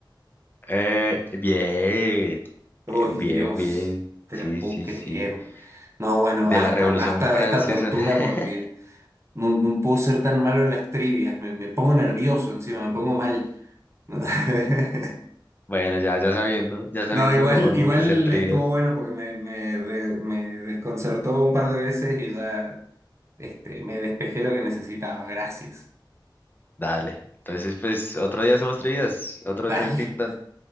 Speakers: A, on the left; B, on the right.
A: Eh, bien,
B: Uy,
A: bien,
B: Dios,
A: bien.
B: te
A: Sí,
B: lo puedo
A: sí,
B: creer.
A: sí.
B: No, bueno,
A: De
B: basta,
A: la Revolución
B: basta
A: Francesa.
B: de esta tortura
A: <laughs>
B: porque no, no puedo ser tan malo en las trivias. Me, me pongo nervioso encima, me pongo mal. <laughs>
A: Bueno, ya, ya sabiendo, ya sabiendo,
B: No, igual,
A: no volvemos
B: igual
A: a hacer trivias.
B: estuvo bueno porque me, me, de- me desconcertó un par de veces y ya este, me despejé lo que necesitaba. Gracias.
A: Dale. Entonces, pues, otro día hacemos trivias, otro,
B: Dale,
A: otro intento.